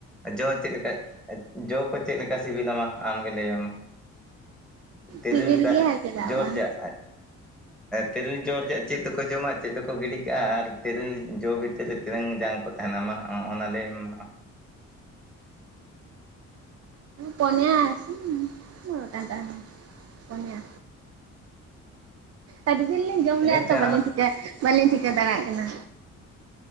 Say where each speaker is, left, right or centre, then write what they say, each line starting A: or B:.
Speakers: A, in the centre; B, on the right.
A: ᱡᱚ ᱪᱮᱫ ᱞᱮᱠᱟ ᱡᱚ ᱠᱚ ᱪᱮᱫ ᱞᱮᱠᱟ ᱥᱤᱵᱤᱞᱟᱢᱟ ᱟᱢᱜᱮ ᱞᱟᱹᱭ ᱢᱮ ᱢᱟ? ᱛᱤᱨᱤᱞ
B: ᱥᱤᱵᱤᱞ
A: ᱫᱟ
B: ᱜᱮᱭᱟ ᱪᱮᱫᱟᱜ
A: ᱡᱚᱨ
B: ᱵᱟᱝ
A: ᱡᱟᱜ ᱛᱮᱨᱮᱞ ᱡᱚ ᱨᱮᱭᱟᱜ ᱪᱮᱫ ᱫᱚᱠᱚ ᱡᱚᱢᱟ ᱪᱮᱫ ᱫᱚᱠᱚ ᱜᱤᱰᱤ ᱠᱟᱜᱼᱟ ᱟᱨ ᱛᱮᱨᱮᱞ ᱡᱚ ᱵᱷᱤᱛᱤᱨ ᱨᱮ ᱛᱤᱱᱟᱹᱝ ᱡᱟᱝ ᱠᱚ ᱛᱟᱦᱱᱮ ᱢᱟᱜ ᱟᱢ ᱚᱱᱟ ᱞᱮ ᱢᱮ ᱟᱢ
B: ᱯᱚᱱᱤᱭᱟ ᱢᱚᱬᱮ ᱜᱚᱴᱟᱜ ᱛᱟᱦᱮᱱᱟ ᱯᱚᱱᱤᱭᱟ᱾ ᱟᱰᱤ ᱫᱤᱱ ᱞᱤᱧ ᱡᱚᱢ ᱞᱮᱫᱼᱟ
A: ᱦᱮᱸ ᱪᱮ
B: ᱛᱚ, ᱵᱟᱹᱞᱤᱧ ᱴᱤᱠᱟᱹ ᱵᱟᱹᱞᱤᱧ ᱴᱷᱤᱠᱟᱹ ᱫᱟᱲᱮᱭᱟᱜ ᱠᱟᱱᱟ᱾